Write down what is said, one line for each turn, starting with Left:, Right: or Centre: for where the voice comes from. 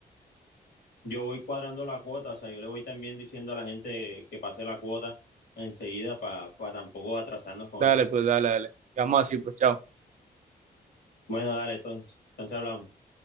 Left: yo voy cuadrando la cuota, o sea, yo le voy también diciendo a la gente que pase la cuota enseguida para tampoco atrasarnos con
Right: Dale,
Left: eso.
Right: pues, dale, dale. Quedamos así, pues, chao.
Left: Bueno, dale, entonces, entonces hablamos.